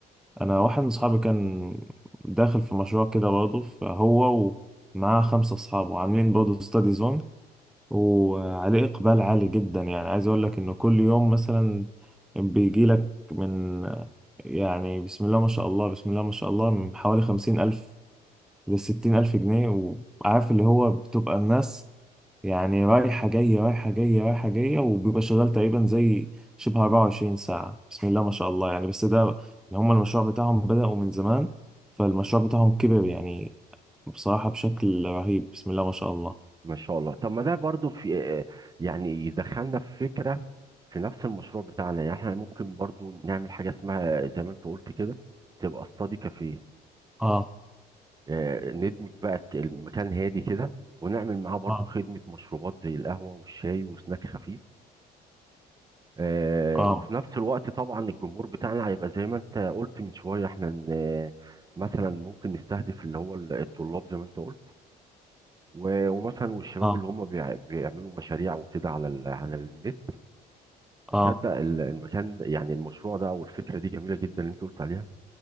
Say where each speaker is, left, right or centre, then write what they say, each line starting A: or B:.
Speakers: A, in the centre; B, on the right.
A: انا واحد من اصحابي كان داخل في مشروع كده برضه فهو ومعاه خمسة اصحابه عاملين برضه ستادي زون وعليه اقبال عالي جدا يعني عايز اقول لك انه كل يوم مثلا بيجي لك من يعني بسم الله ما شاء الله بسم الله ما شاء الله من حوالي خمسين الف لستين الف جنيه وعارف اللي هو بتبقى الناس يعني رايحة جاية رايحة جاية رايحة جاية وبيبقى شغال تقريبا زي شبه 24 ساعة بسم الله ما شاء الله يعني بس ده إن هما المشروع بتاعهم بدأوا من زمان فالمشروع
B: مم.
A: بتاعهم كبر يعني بصراحة بشكل رهيب بسم الله ما شاء الله
B: ما شاء الله طب ما ده برضو في آه، يعني يدخلنا في فكره في نفس المشروع بتاعنا يعني احنا ممكن برضو نعمل حاجه اسمها زي ما انت قلت كده تبقى استادي كافيه
A: اه
B: آه، ندمج بقى ك- المكان هادي كده ونعمل معاه برضو
A: اه
B: خدمه مشروبات زي القهوه والشاي وسناك خفيف آه،
A: اه
B: وفي نفس الوقت طبعا الجمهور بتاعنا هيبقى زي ما انت قلت من شويه احنا ن- مثلا ممكن نستهدف اللي هو ال- الطلاب زي ما انت قلت و- ومثلا والشباب
A: اه
B: اللي هم بيع- بيعملوا مشاريع وكده على ال- على النت تصدق
A: اه
B: ال- المكان يعني المشروع ده او الفكره دي جميله جدا اللي انت قلت عليها